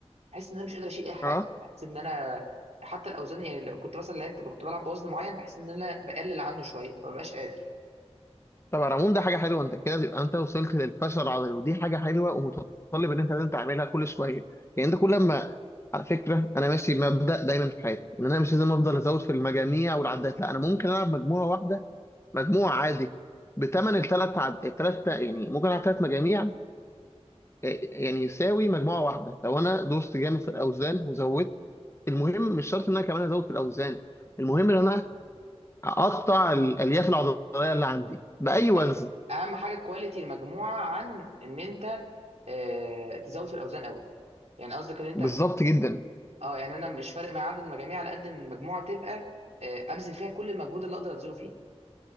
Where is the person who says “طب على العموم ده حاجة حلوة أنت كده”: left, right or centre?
Left